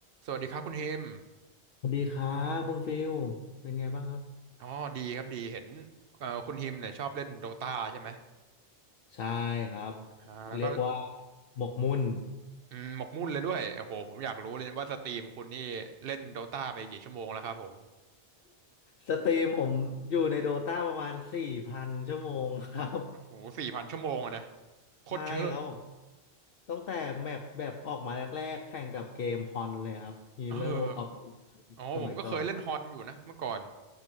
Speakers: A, on the right; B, on the left.
A: สวัสดีครับคุณฮิม
B: สวัสดีครับคุณฟิลเป็นไงบ้างครับ
A: อ๋อดีครับดีเห็นเอ่อคุณฮิมเนี่ยชอบเล่นโดตาใช่ไหม
B: ใช่ครับ
A: อ่าแล้วก็
B: เรียกว่าหมกมุ่น
A: อืมหมกมุ่นเลยด้วยโอ้โหผมอยากรู้เลยว่าสตรีมคุณนี่เล่นโดตาไปกี่ชั่วโมงแล้วครับผม
B: สตรีมผมอยู่ในโดตาประมาณสี่พันชั่วโมงครับ
A: โอ้โหสี่พันชั่วโมงอะนะโคตรเยอะ
B: ใช่ครับผมตั้งแต่แมปแบบออกมาแรกๆแข่งกับเกมฮอนเลยครับ Hero
A: เออ
B: of Iron
A: อ๋อผมก็เคยเล่นฮอนอยู่นะเมื่อก่อน
B: สมัยก่อน